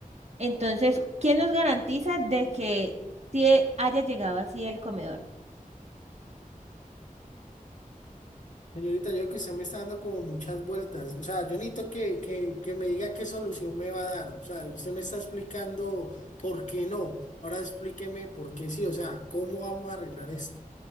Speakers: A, on the right; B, on the left.
A: Entonces, ¿quién nos garantiza de que sí haya llegado así el comedor?
B: Señorita, yo creo que usted me está dando como muchas vueltas. O sea, yo necesito que, que, que me diga qué solución me va a dar. O sea, usted me está explicando por qué no. Ahora explíqueme por qué sí. O sea, ¿cómo vamos a arreglar esto?